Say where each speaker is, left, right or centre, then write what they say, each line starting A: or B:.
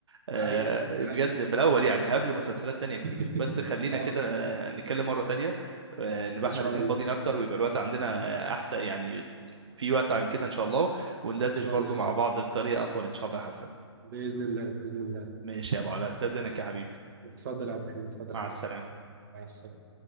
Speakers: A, on the right; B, on the right.
A: آه،
B: حقيقه حقيقه
A: بجد في الاول يعني قبل مسلسلات تانية
B: <laughs>
A: كتير بس خلينا
B: اه
A: كده آه، نتكلم مره تانية آه، نبقى
B: ان
A: احنا
B: شاء
A: الاتنين
B: الله
A: فاضيين اكتر ويبقى الوقت عندنا آه، احسن يعني في وقت عن كده ان شاء الله وندردش
B: ان شاء
A: برضو
B: الله يا
A: مع
B: صديقي
A: بعض بطريقه اطول ان شاء الله يا حسن
B: باذن الله باذن الله
A: ماشي يا ابو علاء استاذنك يا حبيبي
B: اتفضل يا عبد الحميد اتفضل
A: مع
B: يا حبيبي
A: السلامه
B: مع السلامه